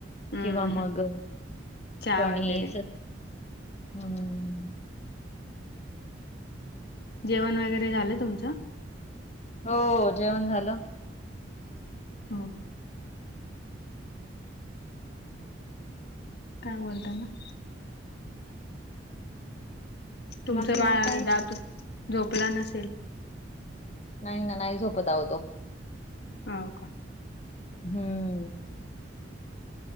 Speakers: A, on the left (about 60°); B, on the left (about 35°).
A: हम्म
B: किंवा मग
A: हम्म. चहा
B: कणीस,
A: वगैरे
B: हम्म
A: जेवण वगैरे झालं तुमचं?
B: हो जेवण झालं.
A: हो काय बोलता मग? तुमचं
B: बाकी
A: बाळ
B: मग काय?
A: दादू झोपला नसेल.
B: नाही ना नाही झोपत आहो तो.
A: हा.
B: हम्म